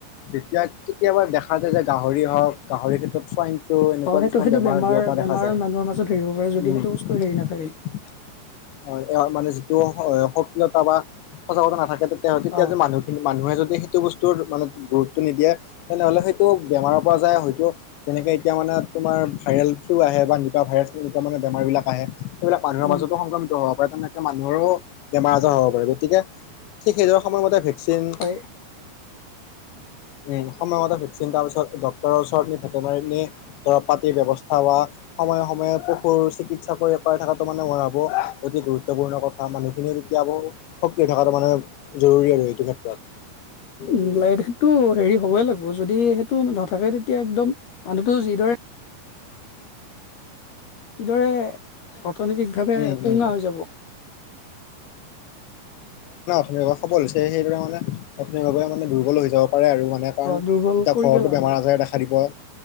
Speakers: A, on the left; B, on the left.
A: যেতিয়া কেতিয়াবা দেখা যায় যে গাহৰি হওক গাহৰিৰ ক্ষেত্ৰত চ ত' এনেকুৱা
B: অ সেইটো
A: কিছুমান
B: সেইটো
A: বেমাৰ বিয়পা
B: বেমাৰ
A: দেখা যায়
B: মানুহৰ মাজত হেৰি হ'ব পাৰে যদি
A: উম
B: সেইটো বস্তু হেৰি নাথাকে।
A: অ এ মানে যিটো সক্ৰিয়তা বা সজাগতা নাথাকে তে তেতিয়া
B: অ
A: যে মানুহখিনি মানুহে যদি সেইটো বস্তুৰ মানে গুৰুত্ব নিদিয়ে তেনেহলে সেইটো বেমাৰৰ পৰা যায় হয়তো যেনেকে এতিয়া মানে তোমাৰ ভাইৰেল ফ্লু আহে বা নিবা ভাইৰাছ এনেকুৱা মানে বেমাৰবিলাক আহে সেইবিলাক মানুহৰ
B: উম
A: মাজতো সংক্ৰমিত হব পাৰে তেনেকে মানুহৰো বেমাৰ আজাৰ হব পাৰে গতিকে ঠিক নিজৰ সময়মতে ভেকচিন
B: হয়
A: উম সময়মতে ভেকচিন ডক্তৰৰ ওচৰত ভেটেনাৰী দৰৱ পাতিৰ ব্যৱস্থা কৰা সময়ে সময়ে পশুৰ চিকিৎসা কৰি পাৰ থকাতটো মানে মন হব অতি গুৰুত্বপূৰ্ণ কথা মানুহখিনিও তেতিয়া ব সক্ৰিয় থকাটো মানে জৰুৰী আৰু এইটো ক্ষেত্ৰত
B: উল এই তো হ <inaudible> হ'বই লাগিব যদি সেইটো নাথাকে তেতিয়া একদম মানুহটো যিদৰে কিদৰে অৰ্থনৈতিকভাৱে
A: উম উম
B: পুঙা হৈ যাব।
A: প সবল হৈছে সেইদৰে মানে আপুনিভাৱে মানে দুৰ্বল হৈ যাব। হয় আৰু মানে কাৰণ
B: অ'
A: তেতিয়া
B: দুৰ্বল কৰি
A: ঘৰটো
B: পেলাব
A: বেমাৰ
B: পাৰি
A: আজাৰে দেখা দিব